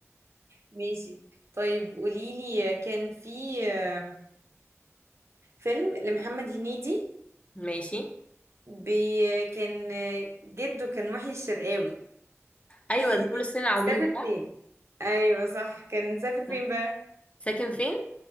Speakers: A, on the right; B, on the left.
A: ماشي طيب قوليلي آه، كان في آه، فيلم لمحمد هنيدي
B: ماشي
A: بي- كان آه، جده كان محي الشرقاوي
B: ايوه
A: <laughs>
B: ده فول الصين العظيم
A: سافر
B: صح
A: فين ايوه صح كان سافر فين
B: صح.
A: بقى
B: ساكن فين